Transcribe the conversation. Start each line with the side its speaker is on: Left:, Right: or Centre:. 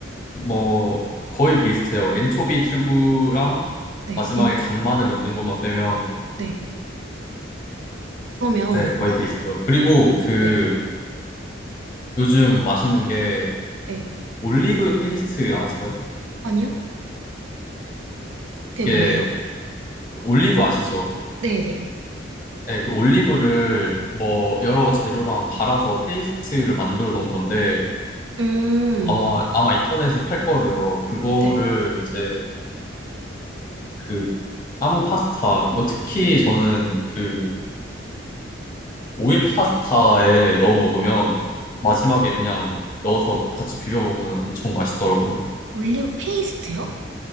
Left: 뭐, 거의 비슷해요. 엔초비 튜브랑
Right: 네,
Left: 마지막에
Right: 인-
Left: 간마늘 넣는 것만 빼면
Right: 네. 그러면,
Left: 네, 거의 어. 페이스트요. 그리고 그
Right: 네.
Left: 요즘 맛있는 게
Right: 네.
Left: 올리브 페이스트 아세요?
Right: 아니요? 그게
Left: 이게
Right: 뭐예요?
Left: 그 올리브 아시죠?
Right: 네네.
Left: 네, 그 올리브를 뭐 여러 재료랑 갈아서 페이스트를 만들어 놓은 건데
Right: 음,
Left: 아마 아마 인터넷에 팔 거예요. 그거를
Right: 네.
Left: 이제 그 아무 파스타 뭐 특히 저는 그 오일 파스타에 넣어 먹으면 마지막에 그냥 넣어서 같이 비벼 먹으면 엄청 맛있더라고요.
Right: 올리브 페이스트요?